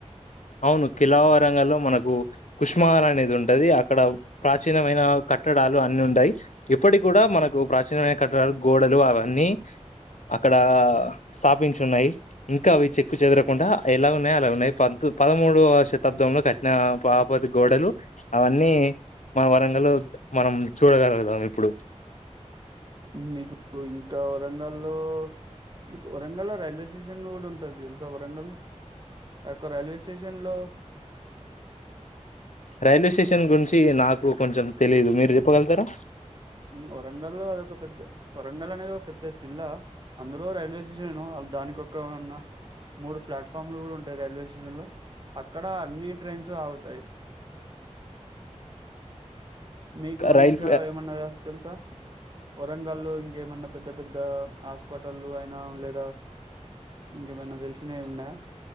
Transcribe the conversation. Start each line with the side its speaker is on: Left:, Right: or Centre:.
Left: అవును కిలావరంగలో మనకు కుష్మహాల అనేది ఉంటది అక్కడ ప్రాచీనమైన కట్టడాలు అన్నిీ ఉంటయి ఇప్పటి కూడా మనకు ప్రాచీనమైన కట్టడాలు గోడలు అవన్నీ అక్కడ స్థాపించి ఉన్నాయి ఇంకా అవి చెక్కు చెదరకుండా ఎలా ఉన్నాయి అలా ఉన్నాయి పదమూడువ శతాబ్దంలో కఠిన బాపతి గోడలు అవన్నీ మన వరంగలో మనం చూడగలుగుతాం ఇప్పుడు
Right: మీకు ఇంకా వరంగల్ల్లో మీకు వరంగల్ల్లో రైల్వే స్టేషన్ కూడా ఉంటది తెలుసా వరంగల్ ఆయొక్క రైల్వే స్టేషన్ లో
Left: రైల్వే స్టేషన్ గురించి నాకు కొంచెం తెలీదు మీరు చెప్పగలుగుతారా
Right: వరంగల్ లో అద ఒక పెద్ద వరంగల్ అనేది ఒక పెద్ద జిల్లా అందులో రైల్వే స్టేషన్ దానికొక్క ఉన్న మూడు ప్లాట్ఫామ్లు కూడా ఉంటాయి రైల్వే స్టేషన్ లో అక్కడ అన్ని ట్రైన్స్ ఆగుతాయి మీకు
Left: రైల్
Right: ఇంకా ఏమన్నా తెలుసా వరంగాల్లో ఇంకేమన్న పెద్ద పెద్దా, హాస్పటల్లు అయినా లేదా ఇంకేమైనా తెలిసినయ్ ఉన్నయా?